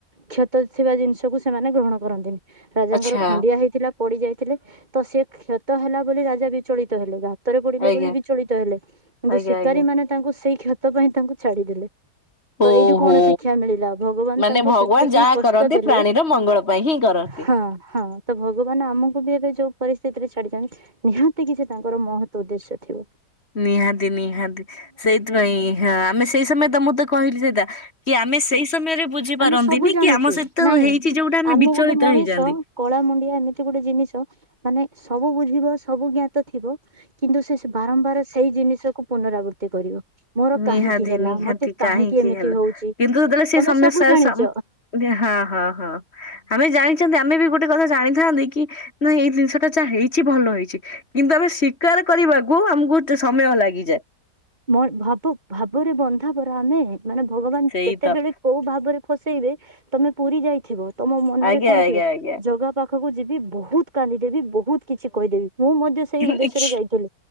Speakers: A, on the right; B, on the left.
A: କ୍ଷତ ଥିବା ଜିନିଷକୁୁ ସେମାନେ ଗ୍ରହଣ କରନ୍ତିନି । ରାଜାଙ୍କର
B: ଆଚ୍ଛା
A: ଖଣ୍ଡିଆ ହେଇଥିଲା ପଡି ଯାଇଥିଲେ ତ ସେ କ୍ଷତ ହେଲା ବୋଲି ରାଜା ବିଚଳିତ ହେଲେ ଗା କ୍ଷତରେ ପଡିଲେ
B: ଆଜ୍ଞା
A: ବୋଲି ବିଚଳିତ ହେଲେ କିନ୍ତୁ
B: ଆଜ୍ଞା
A: ଶିକାରୀମାନୋନେ
B: ଆଜ୍ଞା
A: ତାଙ୍କୁ ସେଇ କ୍ଷତ ପାଇଁ ତାଙ୍କୁ ଛାଡିଦେଲେ ।
B: ଓହୋ।
A: ତ ଏଇଠୁ କଣ ଶିକ୍ଷା ମିଳି ଭଗବାନ
B: ମାନେ
A: ତାଙ୍କୁ
B: ଭଗବାନ
A: ସେତିକି
B: ଯାହା
A: କଷ୍ଟ
B: କରନ୍ତି
A: ଦେଲେ
B: ପ୍ରାଣୀର ମଙ୍ଗଳ ପାଇଁ ହିଁ କରନ୍ତି।
A: ହଁ ହଁ ତ ଭଗବାନ ଆମକୁ ବି ସେ ଯୋଉ ପରିସ୍ଥିତି ରେ ଛାଡିଛନ୍ତି ନିହାତି କି ସେ ତାଙ୍କର ମହତ ଉଦ୍ଦେଶ୍ୟ ଥିବ ।
B: ନିହାତି ନିହାତି ସେଇଥିପାଇଁ ହଁ ଆମେ ସେଇ ସମୟ ତ ମୁଁ ତ କହିଲି ସେଇଟା କି ଆମେ ସେଇ ସମୟରେ ବୁଝି
A: ଆମେ
B: ପାରନ୍ତିନି
A: ସବୁ ଜାଣୁଛୁ
B: କି ଆମ ସହିତ
A: ନାଇଁ
B: ହେଇଚି ଯୋଉଟା ଆମେ ବିଚଳିତ
A: ଗୋଟେ ମଣିଷ
B: ହେଇଯାନ୍ତି ।
A: କଳା ମୁଣ୍ଡିଆ ଏମିତି ଗୋଟେ ଜିନିଷ ମାନେ ସବୁ ବୁଝିବ ସବୁ ଜ୍ଞାତ ଥିବ କିନ୍ତୁ ସେ ବାରମ୍ବାର ସେଇ ଜିନିଷକୁ ପୁନରାବୃତ୍ତି କରିବ। ମୋର
B: ନିହାତି
A: କାହିଁକି ହେଲା
B: ନିହାତି
A: ମତେ
B: କାହିଁକି
A: ଏମିତି
B: ହେଲ
A: ହଉଛି
B: କିନ୍ତୁ ଯେତେବେଳେ ସେ
A: ତମେ
B: ଆମେ
A: ସବୁ
B: ସେ
A: ଜାଣିଛ
B: ସମ ବି ହଁ ହଁ ହଁ ଆମେ ଜାଣିଛନ୍ତି ଆମେ ବି ଗୋଟେ ଗୋଟେ କଥା ଜାଣିଥାନ୍ତି କି ନାଇଁ ଏଇ ଜିନିଷ ଟା ଯାହା ହେଇଛି ଭଲ ହେଇଛି କିନ୍ତୁ ଆମେ ଶୀକାର କରିବାକୁ ଆମକୁ ଟ ସମୟ ଲାଗିଯାଏ।
A: ମଣ ଭାବ ଭାବରେ ବନ୍ଧାପରା ଆମେ ମାନେ ଭଗବାନ
B: ସେଇ
A: କେତେବେଳେ
B: ତ
A: କୋଉ ଭାବରେ ଫସେଇବେ ତମେ ପୁରୀ ଯାଇଥିବ ତମ ମନରେ
B: ଆଜ୍ଞା
A: କଣ
B: ଆଜ୍ଞା
A: ଥିବ
B: ଆଜ୍ଞା
A: ଜଗା ପାଖ ପାଖକୁ ଯିବି ବହୁତ କାନ୍ଦିଦେବି ବହୁତ କିଛି କହିଦେବି ମୁଁ ମଧ୍ୟ
B: ବହୁ
A: ସେଇ ଉଦ୍ଦେଶ୍ୟରେ ଯାଇଥିଲି